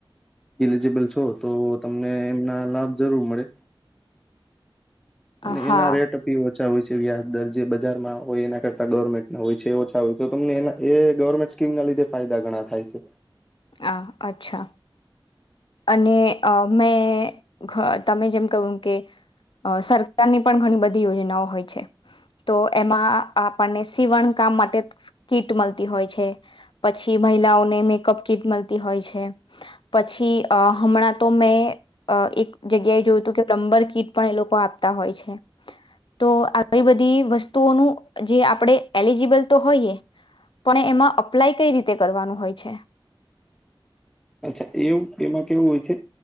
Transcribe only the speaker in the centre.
ઈલિજીબલ છો તો તમને એમના લાભ જરૂર મળે અને
એના રેટપીવ ઓછા હોય છે, વ્યાજ દર જે બજારમાં હોય એના કરતા ગવર્મેન્ટના હોય છે, ઓછા હોય તો તમને એના એ ગવર્મેન્ટ સ્કીમના લીધે ફાયદા ઘણા થાય છે.
અચ્છા એવું એમાં કેવું હોય છે